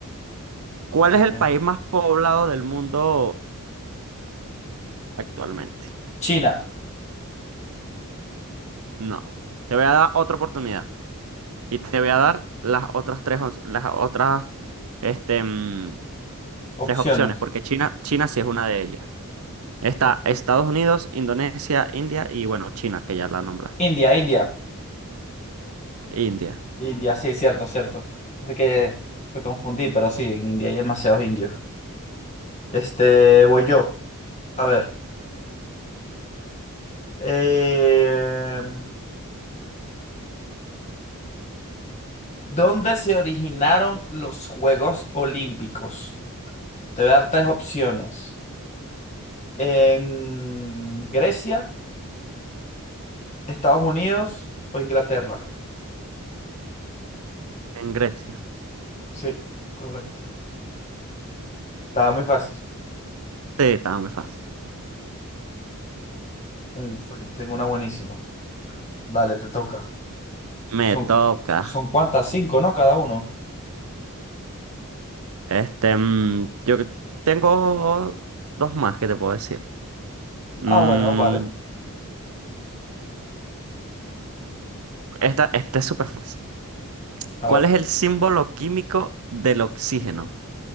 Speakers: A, on the right; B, on the left.
A: ¿Cuál
B: ok.
A: es el país más poblado del mundo actualmente?
B: China,
A: No. Te voy a dar otra oportunidad. Y te voy a dar las otras tres, op- las otras, este, mm,
B: opciones.
A: tres opciones, porque China, China sí es una de ellas. Está
B: Ok.
A: Estados Unidos, Indonesia, India y bueno, China, que ya la nombraste.
B: India, India.
A: India,
B: India, sí, cierto, cierto. Así que me confundí, pero sí, en India hay demasiados indios. Este, voy yo. A ver. eh, ¿dónde se originaron los Juegos Olímpicos? Te voy a dar tres opciones. ¿En Grecia, Estados Unidos o Inglaterra?
A: en Grecia.
B: Sí, correcto. Estaba muy fácil.
A: Sí, estaba muy fácil.
B: Mm, fue que Tengo una buenísima. Dale, te toca.
A: Me
B: Son,
A: toca.
B: son cuántas, cinco, ¿no? Cada uno.
A: Este, mm, yo que- tengo dos más que te puedo decir. Mm,
B: Ah, bueno, vale.
A: esta, esta es súper fácil.
B: A
A: ¿Cuál
B: ver.
A: es el símbolo químico del oxígeno?